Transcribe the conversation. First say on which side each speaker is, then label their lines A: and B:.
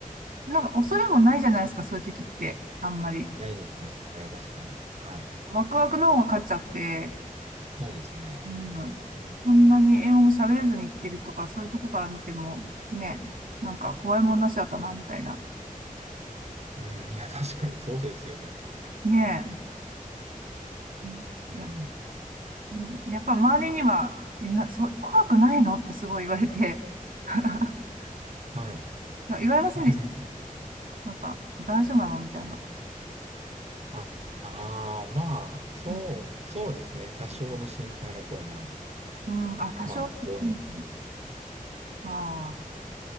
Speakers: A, on the right (about 70°); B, on the right (about 50°).
A: なんか恐れもないじゃないですか、そういう時って。あんまり。
B: ないですね。確かに。はい。
A: ワクワクの方が勝っちゃって、
B: そうですね。
A: うん、
B: うん。
A: こんなに英語も喋れずに行ってるとか、そういうとこから見ても、ね、なんか怖いもんなしだったな、みたいな。
B: うん。いや、確かにそうですよね。
A: ねえ。うんいや、
B: うん。
A: うんやっぱ周りには、みんな、そ、怖くないのってすごい言われて、<laughs>
B: はい。
A: 言われませんでした。
B: <laughs>
A: なんか、大丈夫なのみたいな。
B: ああー、まあ、そう、
A: うん、
B: そうですね。多少の心配の声もあり、
A: うんうんあ、多少、
B: まあ、応援の声もあり、
A: うん
B: みたいな。
A: あ
B: う
A: あ、